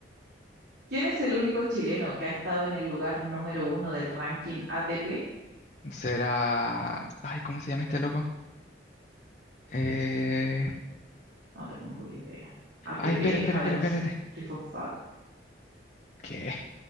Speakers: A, on the right; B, on the left.
A: ¿Quién es el único chileno que ha estado en el lugar número uno del ranking ATP?
B: será... Ay, ¿cómo se llama este loco? Eh...
A: No tengo idea. ATP,
B: Ay, espera, espera,
A: adenosín
B: espera, espérate.
A: trifosfato.
B: ¿Qué?